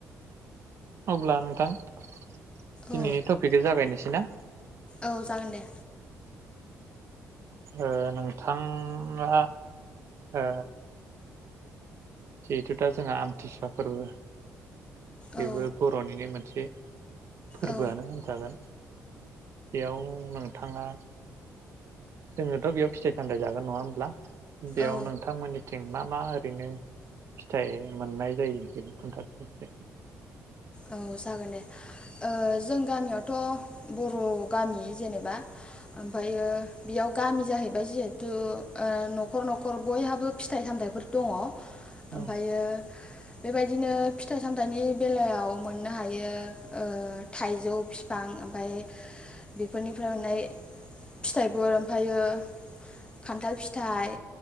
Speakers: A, on the right; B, on the left.
A: अब्ला नोंथां दिनैनि
B: औ
A: टपिक <unintelligible> जागायनोसै ना?
B: औ जागोन दे
A: ओ नोंथाङा ओ जिहेथु दा जोंहा आमथिसुवा फोरबो बेबो
B: औ
A: बर'निनो मोनसे फोरबोआनो
B: औ
A: होनजागोन। बेयाव नोंथाङा जोंनोथ बेयाव फिथाइ सामथाइ जागोन नङा होनब्ला? बेयाव
B: औ
A: नोंथांमोननिथिं मा मा ओरैनो फिथाइ मोननाय जायो बेखौ खोनथादो दे
B: औ जागोन दे ओ जों गामियावथ' बर' गामि जेनेबा ओमफ्रायो बेयाव गामि जाहैबाय जिहेथु ओ नखर नखर बयहाबो फिथाइ सामथाइफोर दङ। ओमफायो
A: औ
B: बेबायदिनो फिथाइ सामथाइनि बेलायाव मोननो हायो ओ थाइजौ फिफां ओमफाय, बेफोरनिफ्राय मोननाय फिथाइफोर, ओमफायो खान्थाल फिथाइ